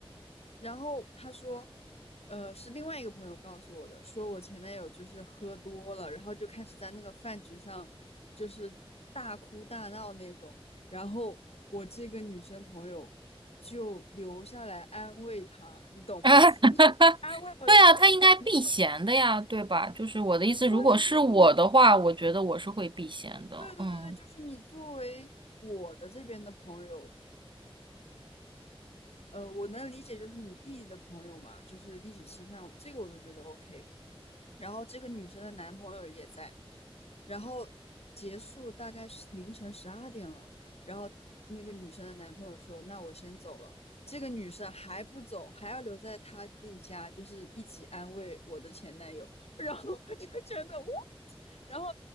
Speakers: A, on the left; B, on the right.
A: 然后他说。呃，是另外一个朋友告诉我的，说我前男友就是喝多了，然后就开始在那个饭局上就是大哭大闹那种。然后我这个女生朋友就留下来安慰他，你懂吗？
B: <laughs>
A: <laughs> 就安慰我的前男友。
B: 对啊，他应该避嫌的呀，对吧？就是我的意思，
A: 对，
B: 如果是我的话，
A: 就是你，
B: 我觉得我是会避嫌的。
A: 对对对，
B: 嗯，
A: 就是你作为我的这边的朋友，呃，我能理解，就是你弟弟的朋友嘛，就是一起吃饭，这个我都觉得 OK。然后这个女生的男朋友也在，然后结束大概是凌晨十二点了，然后那个女生的男朋友说：“那我先走了。”这个女生还不走，还要留在她弟弟家，就是一起安慰我的前男友。<laughs> 然后我就觉得，哇。然后